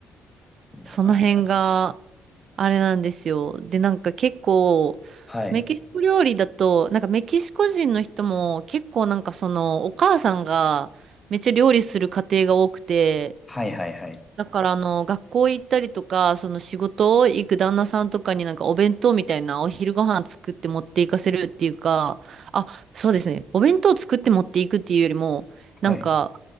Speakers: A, on the left; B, on the right.
A: だから、
B: その辺があれなんですよ。で、なんか結構、
A: はい。
B: メキシコ料理だと、なんかメキシコ人の人も結構なんかそのお母さんがめっちゃ料理する家庭が多くて、
A: はいはいはい。
B: だからあの学校行ったりとかその仕事を行く旦那さんとかになんかお弁当みたいなお昼ご飯作って持っていかせるっていうかあそうですねお弁当作って持っていくっていうよりもなんか
A: はい。